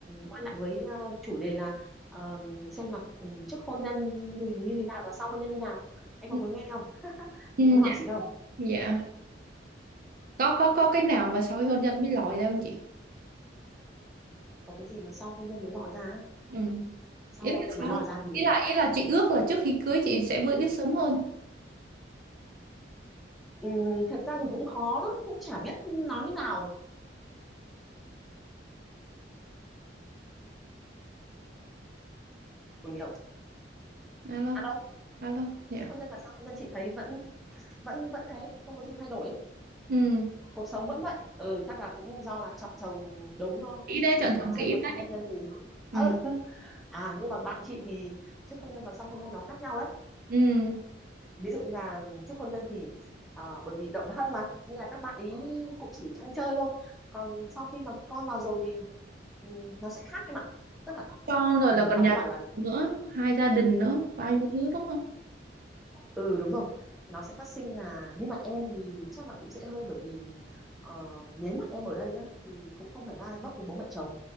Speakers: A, in the centre; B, on the right (about 50°).
A: quay lại với ờ, chủ đề là ờ, xem là trước hôn nhân thì như thế nào và sau hôn nhân như nào em
B: Ừ.
A: có muốn nghe không
B: Dạ.
A: em có hỏi chị không
B: Dạ. có có có cái nào mà sau khi hôn nhân mới lòi ra không chị
A: có cái gì mà sau hôn nhân mới lòi ra á?
B: ừ
A: sau
B: ý là
A: hôn nhân
B: sau
A: mới lòi ra thì
B: ý là ý là chị ước là trước khi cưới chị sẽ biết biết sớm hơn
A: ừm, thật ra thì cũng khó lắm cũng chả biết nói như nào của nhiều
B: alo
A: à đâu
B: alo dạ
A: trước hôn nhân và sau hôn nhân chị thấy vẫn vẫn vẫn thế cũng không có gì thay đổi ấy.
B: ừ
A: cuộc sống vẫn vậy ừ chắc là cũng do là chọn chồng đúng thôi
B: kỹ đấy
A: thì
B: chọn chọn
A: trước
B: kỹ
A: và
B: đấy
A: sau hôn nhân thì ừ.
B: ừ
A: <laughs> à nhưng mà bạn chị thì trước hôn nhân và sau hôn nhân nó khác nhau đấy
B: ừ
A: ví dụ như là trước hôn nhân thì ờ, bởi vì độc thân mà nên là các bạn ý cũng chỉ ăn chơi thôi còn sau khi mà con vào rồi thì ừ, nó sẽ khác em ạ tức là
B: cho rồi
A: ừ,
B: là còn
A: bạn
B: nhà
A: ấy bảo là
B: nữa hai gia đình nữa bao nhiêu thứ đúng không
A: ừ đúng rồi nó sẽ phát sinh là nhưng mà em thì chắc là cũng dễ hơn bởi vì ờ, nếu mà em ở đây nhá thì cũng không phải va vấp với bố mẹ chồng